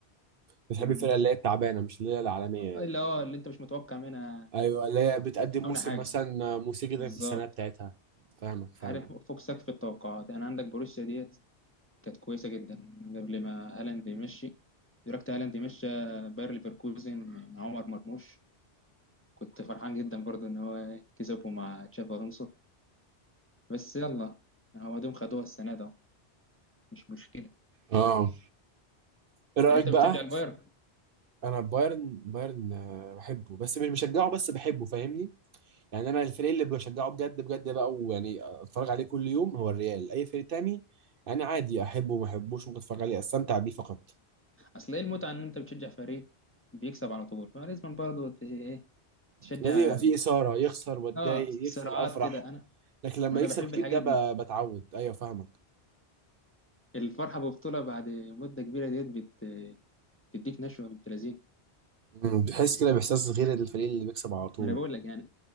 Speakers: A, on the right; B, on the left.
A: بتحب
B: الناس
A: الفرقه اللي هي التعبانه مش اللي هي العالميه يعني
B: اللي اه اللي انت مش متوقع منها
A: ايوه اللي هي بتقدم
B: متوقع
A: موسم
B: منها حاجه
A: مثلا موسيقي جدا
B: بالظبط
A: في السنه بتاعتها فاهمك فاهمك
B: عارف فوق سقف التوقعات يعني عندك بروسيا ديت كانت كويسه جدا قبل ما هالاند يمشي دركت هالاند يمشي باير ليفركوزن مع عمر مرموش كنت فرحان جدا برضو ان هو إيه، كسبه مع تشابي الونسو بس يلا هو دوم خدوها السنه ده مش مشكله
A: اه ايه رايك
B: يعني انت
A: بقى
B: بتشجع البايرن
A: انا بايرن بايرن آه، بحبه بس مش بشجعه بس بحبه فاهمني يعني انا الفريق اللي بشجعه بجد بجد بقى ويعني اتفرج عليه كل يوم هو الريال اي فريق تاني انا عادي احبه وما احبوش ممكن اتفرج عليه استمتع بيه فقط
B: اصل ايه المتعه ان انت بتشجع فريق بيكسب على طول فلازم برضه ت- ايه تشجع
A: لازم يبقى فيه اثاره يخسر واتضايق
B: اه صراعات
A: يكسب افرح
B: كده انا
A: لكن لما
B: ما انا
A: يكسب
B: بحب
A: كتير
B: الحاجات
A: ده ب-
B: دي
A: بتعود ايوه فاهمك
B: الفرحه ببطوله بعد مده كبيره ديت بت... بتديك نشوه بنت لذينه
A: مم، بتحس كده باحساس غير الفريق اللي بيكسب على طول
B: ما انا بقول لك يعني